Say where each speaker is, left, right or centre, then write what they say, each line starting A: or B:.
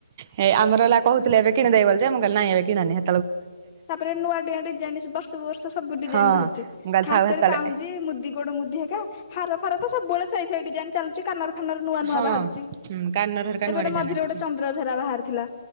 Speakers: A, on the right (about 30°); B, on the left (about 25°).
A: ହେ ଆମର ହେଲା କହୁଥିଲେ ଏବେ କିଣଦେ ବୋଲ ଯେ ମୁଁ କଇଲି ନାଇଁ ଏବେ କିଣନିି।
B: ତାପରେ ନୂଆ ଡିଆଁ ଡିଜାଇନ ବର୍ଷକୁ ବର୍ଷ ସବୁ ଡିଜାଇନ
A: ହଁ
B: ବାହାରୁଛି
A: ମୁଁ କହିଲି
B: ଖାସ
A: ଥାଉ
B: କରି
A: ହେତେବେଳେ
B: ପାଉଁଜି ମୁ ଦି ଗୋଡ ମୁଦି ହେକା ହାର ଫାର ତ ସବୁବେଳେ ସେଇ ସେଇ ଡିଜାଇନ ଚାଲୁଛି। କାନର ଫାନର ନୂଆ ନୂଆ
A: ହଁ
B: ବାହାରୁଛି,
A: ହୁଁ କାନର ହେରିକା ନୂଆ
B: ଏବେଟେ
A: ଡିଜାଇନ
B: ମଝିରେ
A: ଆସୁଛି।
B: ଗୋଟେ ଚନ୍ଦ୍ରଝରା ବାହାରିଥିଲା।